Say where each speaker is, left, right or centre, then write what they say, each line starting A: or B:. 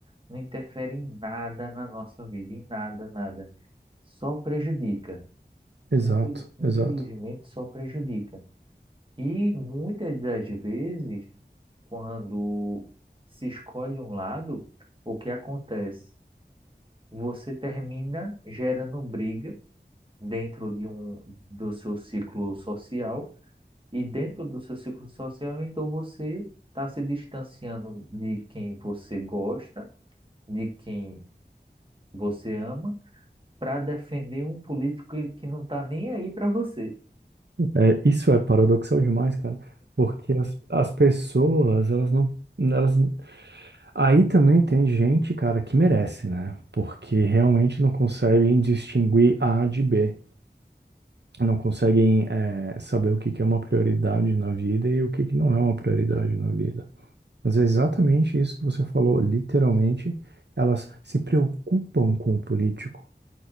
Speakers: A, on the right; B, on the right.
A: não interfere em nada na nossa vida, em nada, nada. Só prejudica.
B: Exato,
A: Infel- Infelizmente,
B: exato.
A: só prejudica. E muitas das vezes, quando se escolhe um lado, o que acontece? Você termina gerando briga dentro de um, do seu ciclo social E dentro do seu ciclo social, então você está se distanciando de quem você gosta, de quem você ama, para defender um político que não está nem aí para você.
B: É, isso é paradoxal demais, cara, porque as, as pessoas, elas não, elas Aí também tem gente, cara, que merece, né? Porque realmente não conseguem distinguir A de B. Não conseguem, eh, saber o que que é uma prioridade na vida e o que que não é uma prioridade na vida. Mas é exatamente isso que você falou, literalmente. Elas se preocupam com o político.